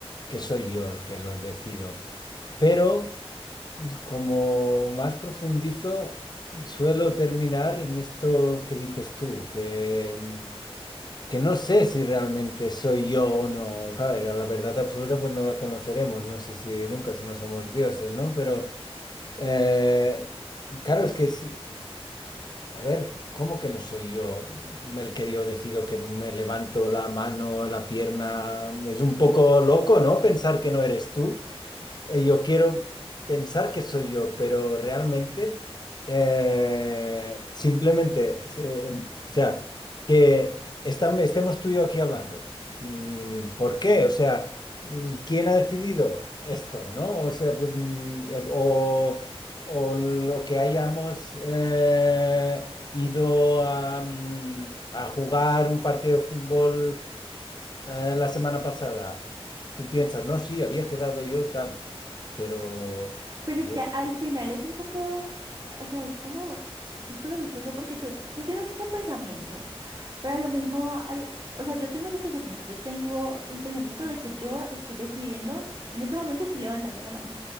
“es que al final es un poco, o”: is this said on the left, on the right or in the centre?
Right